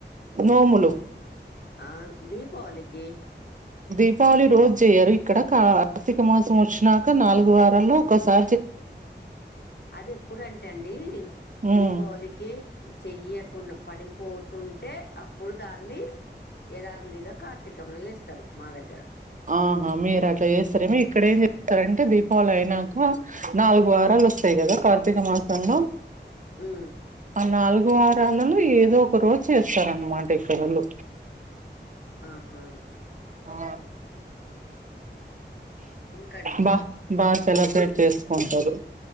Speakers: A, on the right; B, on the left.
A: నోములు
B: ఆ దీపావళికి
A: దీపావళి రోజు చేయరు ఇక్కడ కార్తీక మాసం వచ్చినాక నాలుగు వారల్లో ఒకసా
B: అది ఎప్పుడంటే అండి
A: ఉమ్
B: దీపావళికి చెయ్ పడిపోతుంటే అప్పుడు దాన్ని యధావిధిగా కార్తీకంలో చేస్తారు మా దగ్గర
A: ఆహా మీరు అట్లా చేస్తారేమో ఇక్కడ ఏం చేస్తారంటే దీపావళి అయినాక నాలుగు వారాలు వస్తాయి కదా కార్తీక మాసంలో
B: మ్మ్
A: నాలుగు వారాలలో ఏదో ఒక రోజు చేస్తారనమాట ఇక్కడొళ్ళు
B: ఆహా
A: ఆ
B: ఇంకండి
A: బా బా సెలబ్రేట్ చేసుకుంటారు